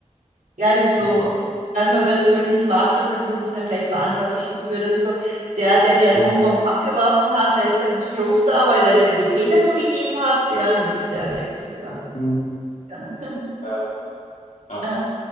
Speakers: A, on the right; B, on the left.
A: ja, es ist so,
B: Aber,
A: was man persönlich macht, da fühlt man sich dann gleich verantwortlich dafür. Das ist so, der, der die Atombombe
B: mm,
A: abgeworfen hat, der ist dann ins Kloster, weil der, der den Befehl dazu gegeben hat, der nicht. Der denkt sich, ja,
B: mm,
A: gerne. <laughs>
B: ja, ja,
A: Ja,